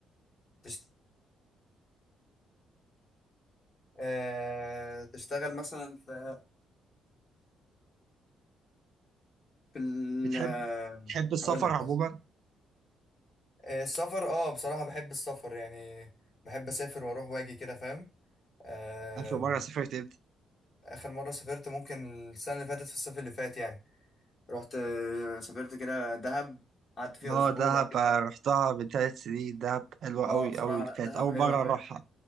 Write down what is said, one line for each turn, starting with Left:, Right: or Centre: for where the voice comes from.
Left: تشت... آه تشتغل مثلا في في ال
Right: بتحب
Left: آه،
Right: بتحب السفر
Left: هقول لك
Right: عموما
Left: مثلا آه، السفر اه بصراحة بحب السفر يعني بحب اسافر واروح واجي كده فاهم آه
Right: آخر مرة سافرت امتى؟
Left: واخر مرة سافرت ممكن السنة اللي فاتت في الصيف اللي فات يعني رحت آه، سافرت كده دهب قعدت فيها
Right: اه
Left: اسبوع
Right: دهب
Left: بعد كده
Right: آه، رحتها من ثلاث سنين دهب حلوة
Left: اه
Right: أوي
Left: بصراحه
Right: أوي
Left: لا،
Right: كانت
Left: دهب
Right: أول
Left: حلوه
Right: مرة
Left: فاهم
Right: أروحها